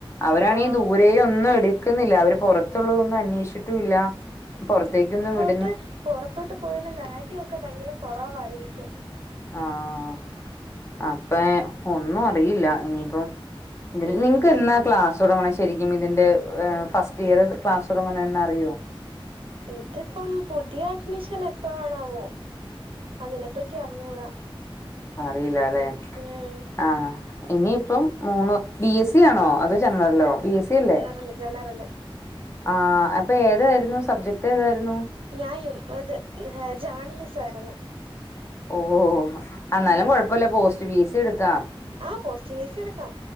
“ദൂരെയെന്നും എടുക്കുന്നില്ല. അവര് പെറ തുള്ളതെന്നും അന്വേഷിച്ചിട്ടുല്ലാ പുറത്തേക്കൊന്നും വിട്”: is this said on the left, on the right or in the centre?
Left